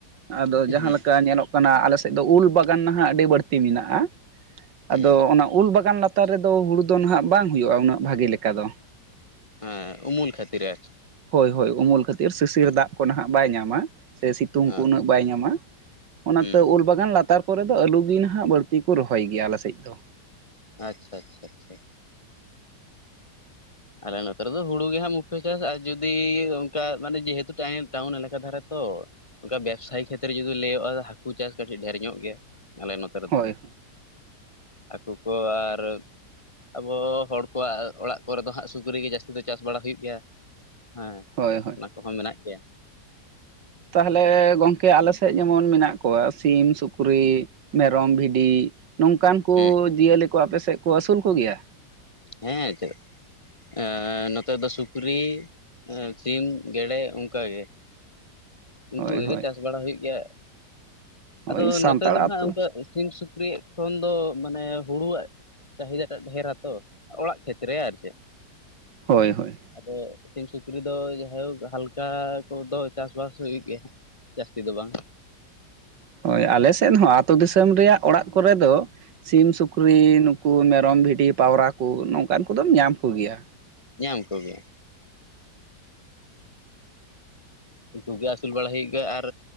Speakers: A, on the right (about 85°); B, on the left (about 30°).
A: ᱟᱫᱚ ᱡᱟᱦᱟᱸ
B: ᱦᱮᱸ
A: ᱞᱮᱠᱟ ᱧᱮᱞᱚᱜ ᱠᱟᱱᱟ ᱟᱞᱮ ᱥᱮᱫ ᱫᱚ ᱩᱞ ᱵᱟᱜᱟᱱ ᱱᱷᱟᱜ ᱟᱹᱰᱤ ᱵᱟᱹᱲᱛᱤ ᱢᱤᱱᱟᱜᱼᱟ᱾
B: ᱦᱮᱸ
A: ᱟᱫᱚ ᱚᱱᱟ ᱩᱞ ᱵᱟᱜᱟᱱ ᱞᱟᱛᱟᱨ ᱨᱮᱫᱚ ᱦᱩᱲᱩ ᱫᱚ ᱱᱷᱟᱜ ᱵᱟᱝ ᱦᱩᱭᱩᱜᱼᱟ ᱩᱱᱟᱹᱜ ᱵᱷᱟᱹᱜᱤ ᱞᱮᱠᱟ ᱫᱚ᱾
B: ᱦᱮᱸ ᱩᱢᱩᱞ ᱠᱷᱟᱹᱛᱤᱨ ᱟᱨᱠᱤ᱾
A: ᱦᱚᱭ ᱦᱚᱭ ᱩᱢᱩᱞ ᱠᱷᱟᱹᱛᱤᱨ ᱥᱤᱥᱤᱨ
B: ᱦᱮᱸ
A: ᱫᱟᱜ ᱠᱚ ᱱᱷᱟᱜ ᱵᱟᱭ ᱧᱟᱢᱟ ᱥᱮ ᱥᱤᱛᱩᱝ
B: ᱦᱮᱸ
A: ᱠᱚ ᱩᱱᱟᱹᱜ ᱵᱟᱭ ᱧᱟᱢᱟ ᱚᱱᱟ
B: ᱦᱮᱸ
A: ᱛᱮ ᱩᱞ ᱵᱟᱜᱟᱱ ᱞᱟᱛᱟᱨ ᱠᱚᱨᱮ ᱫᱚ ᱟᱹᱞᱩ ᱜᱮ ᱱᱷᱟᱜ ᱵᱟᱹᱲᱛᱤ ᱠᱚ ᱨᱚᱦᱚᱭ ᱜᱮᱭᱟ ᱟᱞᱮ ᱥᱮᱫ ᱫᱚ᱾
B: ᱟᱪᱪᱷᱟ ᱟᱪᱪᱷᱟ ᱟᱪᱪᱷᱟ ᱟᱞᱮ ᱱᱚᱛᱮ ᱨᱮᱫᱚ ᱦᱩᱲᱩ ᱜᱮ ᱦᱟᱸᱜ ᱢᱩᱠᱠᱷᱚ ᱪᱟᱥ ᱟᱨ ᱡᱩᱫᱤ ᱚᱝᱠᱟ ᱢᱟᱱᱮ ᱡᱮᱦᱮᱛᱩ ᱴᱟᱭᱤᱢ ᱴᱟᱣᱩᱱ ᱤᱞᱟᱠᱟ ᱫᱷᱟᱨᱟ ᱛᱚ᱾ ᱚᱝᱠᱟ ᱵᱮᱵᱽᱥᱟᱭ ᱠᱷᱟᱹᱛᱤᱨ ᱡᱩᱫᱤ ᱞᱟᱹᱭᱚᱜᱼᱟ ᱦᱟᱹᱠᱩ ᱪᱟᱥ ᱠᱟᱹᱴᱤᱡ ᱰᱷᱮᱨ ᱧᱚᱜ ᱜᱮᱭᱟ ᱟᱞᱮ ᱱᱚᱛᱮ ᱨᱮᱫᱚ᱾
A: ᱦᱳᱭ
B: ᱦᱟᱹᱠᱩ ᱠᱚ ᱟᱨ ᱟᱵᱚ ᱦᱚᱲ ᱠᱚᱣᱟᱜ ᱚᱲᱟᱜ ᱠᱚᱨᱮ ᱫᱚ᱾ ᱦᱟᱸᱜ ᱥᱩᱠᱨᱤ ᱜᱮ ᱡᱟᱹᱥᱛᱤ ᱫᱚ ᱪᱟᱥ ᱵᱟᱲᱟ ᱦᱩᱭᱩᱜ ᱜᱮᱭᱟ ᱦᱮᱸ᱾
A: ᱦᱚᱭ ᱦᱚᱭ
B: ᱚᱱᱟ ᱠᱚᱦᱚᱸ ᱢᱮᱱᱟᱜ ᱜᱮᱭᱟ᱾
A: ᱛᱟᱦᱮᱞᱮ ᱜᱚᱝᱠᱮ ᱟᱞᱮ ᱥᱮᱜ ᱡᱮᱢᱚᱱ ᱢᱮᱱᱟᱜ ᱠᱚᱣᱟ ᱥᱤᱢ-ᱥᱩᱠᱨᱤ, ᱢᱮᱨᱚᱢ, ᱵᱷᱤᱰᱤ ᱱᱚᱝᱠᱟᱱ ᱠᱚ
B: ᱦᱩᱸ
A: ᱡᱤᱭᱟᱹᱞᱤ ᱠᱚ ᱟᱯᱮᱥᱮᱜ ᱠᱚ ᱟᱹᱥᱩᱞ ᱠᱚᱜᱮᱭᱟ?
B: ᱦᱮᱸ ᱪᱮᱫᱟᱜ ᱮᱸ ᱱᱚᱛᱮ ᱫᱚ ᱥᱩᱠᱨᱤ, ᱥᱤᱢ, ᱜᱮᱰᱮ ᱚᱝᱠᱟ ᱜᱮ᱾ ᱩᱝᱠᱩ
A: ᱦᱳᱭ
B: ᱠᱚᱜᱮ
A: ᱦᱳᱭ
B: ᱪᱟᱥ ᱵᱟᱲᱟ ᱦᱩᱭᱩᱜ ᱜᱮᱭᱟ᱾
A: ᱳᱭ
B: ᱟᱫᱚ
A: ᱥᱟᱱᱛᱟᱲ
B: ᱱᱚᱛᱮ ᱫᱚ
A: ᱟᱹᱛᱩ
B: ᱦᱟᱸᱜ ᱚᱱᱠᱟ ᱥᱤᱢ ᱥᱩᱠᱨᱤ ᱠᱷᱚᱱ ᱫᱚ ᱢᱟᱱᱮ ᱦᱩᱲᱩᱣᱟᱜ ᱪᱟᱹᱦᱤᱫᱟ ᱴᱟᱜ ᱰᱷᱮᱨ ᱟᱛᱚ ᱚᱲᱟᱜ ᱠᱷᱮᱛᱨᱮ ᱟᱨ ᱪᱮᱫ᱾
A: ᱦᱳᱭ ᱦᱳᱭ
B: ᱟᱫᱚ ᱥᱤᱢ ᱥᱩᱠᱨᱤ ᱫᱚ ᱡᱟᱭᱦᱳᱠ ᱦᱟᱞᱠᱟ ᱠᱚᱫᱚ ᱪᱟᱥᱵᱟᱥ ᱦᱩᱭᱩᱜ ᱜᱮ ᱡᱟᱹᱥᱛᱤ ᱫᱚ ᱵᱟᱝ᱾
A: ᱦᱳᱭ ᱟᱞᱮ ᱥᱮᱱ ᱦᱚᱸ ᱟᱹᱛᱩ ᱫᱤᱥᱚᱢ ᱨᱮᱭᱟᱜ ᱚᱲᱟᱜ ᱠᱚᱨᱮ ᱫᱚ, ᱥᱤᱢ, ᱥᱩᱠᱨᱤ ᱱᱩᱠᱩ ᱢᱮᱨᱚᱢ, ᱵᱷᱤᱰᱤ ᱯᱟᱣᱨᱟ ᱠᱚ ᱱᱚᱝᱠᱟᱱ ᱠᱚᱫᱚᱢ ᱧᱟᱢ ᱠᱚᱜᱮᱭᱟ᱾
B: ᱧᱟᱢ ᱠᱚᱜᱮᱭᱟ᱾ ᱩᱱᱠᱩ ᱜᱮ ᱟᱹᱥᱩᱞ ᱵᱟᱲᱟ ᱦᱩᱭᱩᱜ ᱜᱮᱭᱟ ᱟᱨ